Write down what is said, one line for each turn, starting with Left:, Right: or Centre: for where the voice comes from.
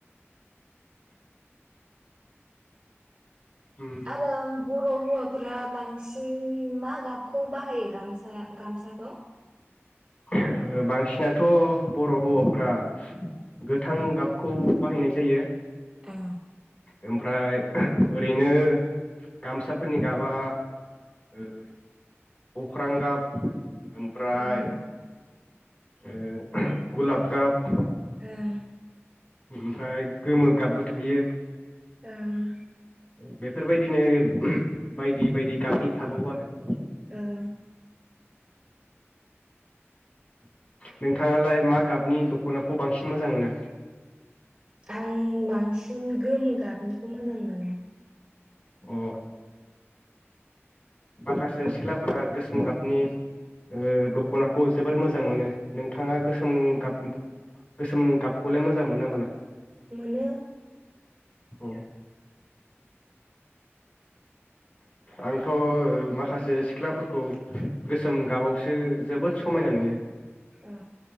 Left: उम
Right: आरो बर हौवा फुरा बांसिन मा गाबखौ बाहायो गामसा गामसाखौ
Left: ओ बांसिनाथ बर' हौवाफोरा गोथां गाबखौ बाहायनाय जायो
Right: औ
Left: ओमफ्राय ओरैनो गामसाफोरनि गाबा ओ अख्रां गाब ओमफ्राय
Right: ओं
Left: ओ गुलाब गाब
Right: ओं
Left: ओमफ्राय गोमो गाबबो थोयो
Right: ओं
Left: बेफोरबायदिनो बायदि बायदि गाबनि थाबावो आरो
Right: ओं
Left: नोंथांङालाय मा गाबनि दखनाखौ बांसिन मोजां मोनो
Right: आं बांसिन गोमो गाबनिखौ मोजां मोनो
Left: अ माखासे सिख्लाफोरा गोसोम गाबनि ओ दखनाखौ जोबोर मोजां मोनो नोंथांङा गोसोम गाब गोसोम गाबखौलाय मोजां मोनोना मोना
Right: मोनो
Left: अ आंथ माखासे सिख्लाफोरखौ गोसोम गाबावसो जोबोद समायना नुयो
Right: ए